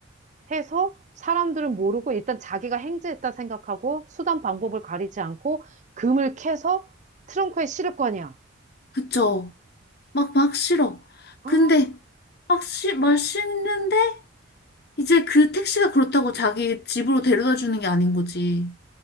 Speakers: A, on the right; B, on the left.
A: 해서 사람들은 모르고 일단 자기가 행제했다 생각하고 수단 방법을 가리지 않고 금을 캐서 트렁크에 실을 거 아니야.
B: 그쵸? 막 막 싫어.
A: 아,
B: 근데 막 시, 말 싫는데 이제 그 택시가 그렇다고 자기 집으로 데려다 주는 게 아닌 거지.